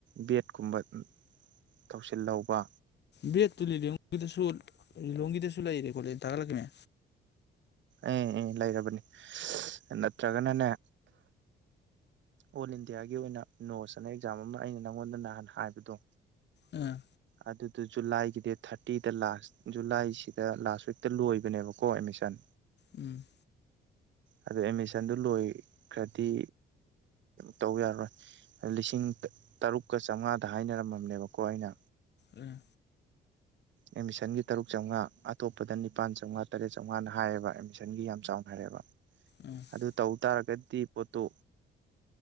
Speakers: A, on the right (about 70°); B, on the left (about 60°).
A: ꯕꯦꯠꯀꯨꯝꯕ ꯊꯧꯁꯤꯜꯍꯧꯕ
B: ꯕꯦꯠ ꯇ ꯂꯗ ꯁ ꯂꯪꯗ ꯁꯂꯥꯏꯔꯦ ꯀꯣꯂ ꯊ ꯂ ꯀꯦ ꯃ
A: ꯑꯦ ꯂꯩꯔꯕꯅꯤ ꯅꯠꯇ꯭ꯔꯒꯅꯅꯦ ꯑꯣꯜ ꯏꯟꯗꯤꯌꯥꯒꯤ ꯑꯣꯏꯅ ꯅꯣꯁ ꯑꯅ ꯑꯦꯛꯖꯥꯝ ꯑꯃ ꯑꯩꯅ ꯅꯪꯉꯣꯟꯗ ꯅꯍꯥꯟ ꯍꯥꯏꯕꯗꯣ
B: ꯑꯥ
A: ꯑꯗꯨꯗ ꯖꯨꯂꯥꯏꯒꯤ ꯗꯦꯠ ꯊꯥꯔꯇꯤꯗ ꯂꯥꯁ ꯖꯨꯂꯥꯏꯁꯤꯗ ꯂꯥꯁ ꯋꯤꯛꯇ ꯂꯣꯏꯕꯅꯦꯕꯀꯣ ꯑꯣꯣ ꯑꯦꯃꯤꯁꯟ
B: ꯎꯝ
A: ꯑꯗꯣ ꯑꯦꯠꯃꯤꯁꯟꯗꯨ ꯂꯣꯏꯈ꯭ꯔꯗꯤ ꯇꯧ ꯌꯥꯔꯔꯣꯏ ꯂꯤꯁꯤꯡ ꯇꯔꯨꯛꯀ ꯆꯥꯝꯃꯉꯥꯗ ꯍꯥꯏꯅꯔꯝꯃꯕꯅꯦꯕꯀꯣ ꯑꯩꯅ
B: ꯎꯝ
A: ꯑꯦꯃꯤꯁꯟꯒꯤ ꯇꯔꯨꯛ ꯆꯥꯝꯃꯉꯥ ꯑꯇꯣꯞꯄꯗ ꯅꯤꯄꯥꯥꯟ ꯆꯥꯝꯃꯉꯥ ꯇꯔꯦꯠ ꯆꯥꯝꯃꯉꯥꯅ ꯍꯥꯏꯌꯦꯕ ꯑꯦꯠꯃꯤꯁꯟꯒꯤ ꯌꯥꯝ ꯆꯥꯎꯅ ꯍꯥꯏꯔꯌꯦꯦꯕ
B: ꯎꯝ
A: ꯑꯗꯨ ꯇꯧ ꯇꯥꯔꯒꯗꯤ ꯄꯣꯠꯇꯨ